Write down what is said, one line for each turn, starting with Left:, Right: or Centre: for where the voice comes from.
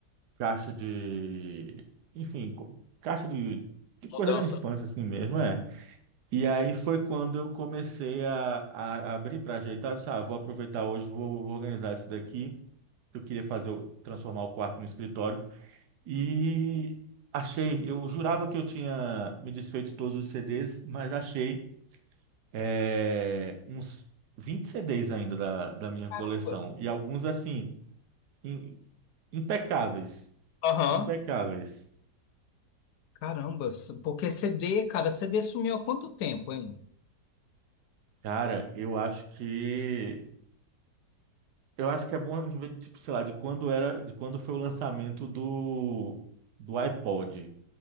Right: caixa de. Enfim, co- caixa de, de coisa
Left: Mudança.
Right: da infância assim mesmo, é. E aí foi quando eu comecei a, a a abrir para ajeitar. Eu disse, ah, vou aproveitar hoje, vou, vou organizar isso daqui. Eu queria fazer, o- transformar o quarto no escritório. E achei, eu jurava que eu tinha me desfeito de todos os CDs, mas achei é, uns 20 CDs ainda da, da minha
Left: Carambas.
Right: coleção. E alguns, assim, im- impecáveis.
Left: Aham.
Right: Impecáveis.
Left: Carambas. Porque CD, cara, CD sumiu há quanto tempo, hein?
Right: Cara, eu acho que. Eu acho que é bom, a gente ver, tipo, sei lá, de quando era, de quando foi o lançamento do, do iPod.